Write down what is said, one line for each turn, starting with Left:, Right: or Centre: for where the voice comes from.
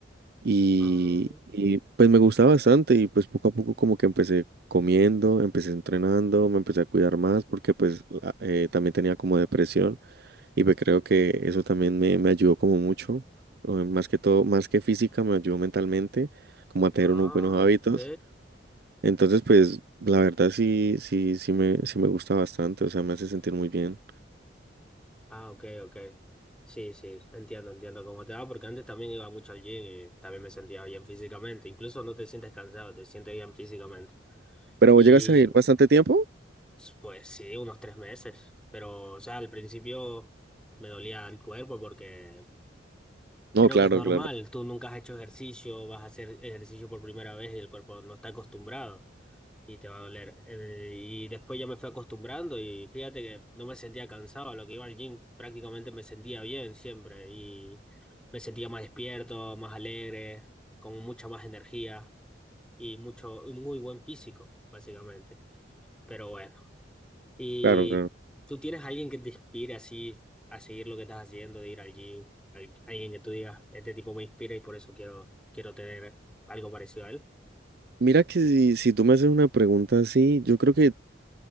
Right: Y,
Centre: Ah,
Right: y, pues me gustaba bastante y pues poco a poco como que empecé comiendo, empecé entrenando, me empecé a cuidar más porque pues la- eh, también tenía como depresión y pues creo que eso también me, me ayudó como mucho, eh, más que todo, más que física, me ayudó mentalmente como a tener
Centre: ah,
Right: unos buenos hábitos.
Centre: ok.
Right: Entonces pues la verdad sí, sí, sí me, sí me gusta bastante, o sea, me hace sentir muy bien.
Centre: Ah, ok, ok. Sí, sí, entiendo, entiendo cómo te va, porque antes también iba mucho al gym y también me sentía bien físicamente. Incluso no te sientes cansado, te sientes bien físicamente.
Right: ¿Pero
Centre: Y
Right: vos llegaste a ir bastante tiempo?
Centre: pues sí, unos tres meses. Pero, o sea, al principio me dolía el cuerpo porque
Right: No,
Centre: Creo
Right: claro,
Centre: que es normal,
Right: claro,
Centre: tú nunca has hecho ejercicio, vas a hacer ejercicio por primera vez y el cuerpo no está acostumbrado y te va a doler. Eh, Y después ya me fui acostumbrando y fíjate que no me sentía cansado, a lo que iba al gym prácticamente me sentía bien siempre y me sentía más despierto, más alegre, con mucha más energía y mucho, un muy buen físico, básicamente. Pero bueno. ¿Y
Right: claro, claro.
Centre: tú tienes a alguien que te inspire así a seguir lo que estás haciendo, de ir al gym? Al- alguien que tú digas, este tipo me inspira y por eso quiero, quiero tener algo parecido a él.
Right: Mira que si, si tú me haces una pregunta así, yo creo que